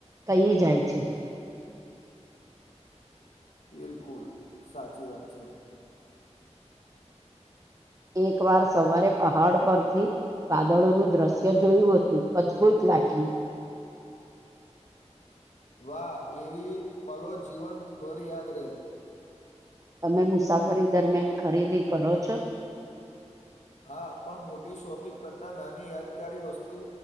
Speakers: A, on the right; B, on the left.
A: કહી જાય છે
B: બિલકુલ સાચી વાત છે
A: એક વાર સવારે પહાડ પરથી વાદળોનુંું દ્રશ્ય જોયું હતું અદભુત લાગલી
B: વાહ એવી પલો જીવનભર યાદ રહે
A: તમે મુસાફરી દરમિયાન ખરીદી કરો છો
B: હા પણ મોટી શોપિંગ કરતાં નાની યાદગારી વસ્તુ